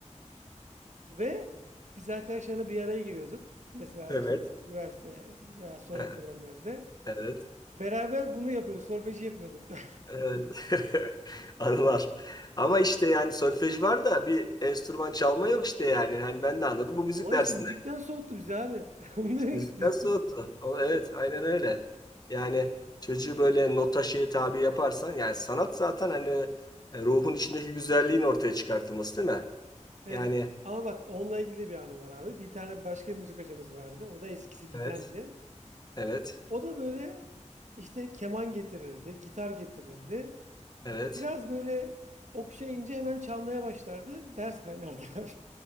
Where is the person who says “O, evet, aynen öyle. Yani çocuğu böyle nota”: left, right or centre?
Left